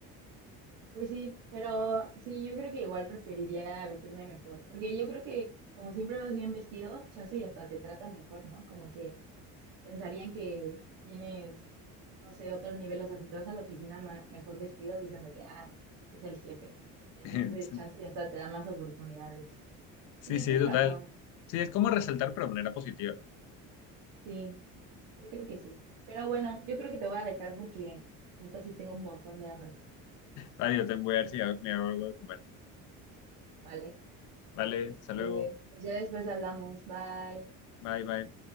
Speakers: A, on the right (about 80°); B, on the left (about 70°).
A: Pues sí, pero sí, yo creo que igual preferiría vestirme mejor, porque yo creo que como siempre vas bien vestido, chance y hasta te tratan mejor, ¿no? Como que pensarían que tienes no sé, otro nivel. O sea, si te vas a la oficina ma- mejor vestido, dicen de que, ah, es el jefe. Entonces,
B: <laughs>
A: chance ya hasta te da más oportunidades.
B: Sí,
A: Sí,
B: sí,
A: tienes
B: total.
A: razón.
B: Sí, es como resaltar, pero de manera positiva.
A: Sí, yo creo que sí. Pero bueno, yo creo que te voy a dejar porque neta sí tengo un montón de hambre,
B: Vale, yo te voy a ver si hago- me hago algo de comer.
A: ¿vale?
B: Vale,
A: Este,
B: hasta luego.
A: pues ya después hablamos. Bye.
B: Bye, bye.